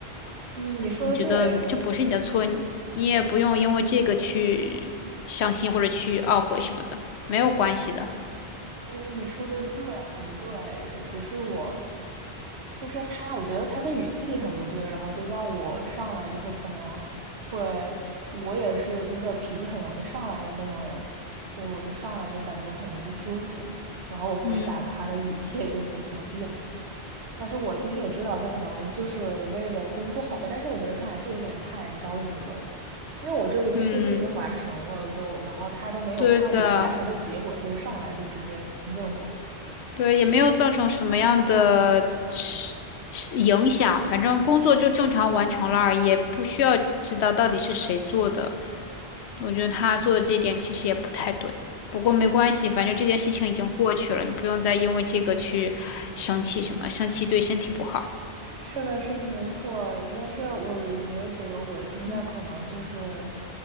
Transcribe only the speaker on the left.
我觉得这不是你的错，你你也不用因为这个去伤心或者去懊悔什么的，没有关系的。
嗯
嗯，
对的。
对，也没有造成什么样的是是影响，反正工作就正常完成了而已，也不需要知道到底是谁做的。我觉得他做的这一点其实也不太对，不过没关系，反正这件事情已经过去了，你不用再因为这个去生气什么，生气对身体不好。
嗯，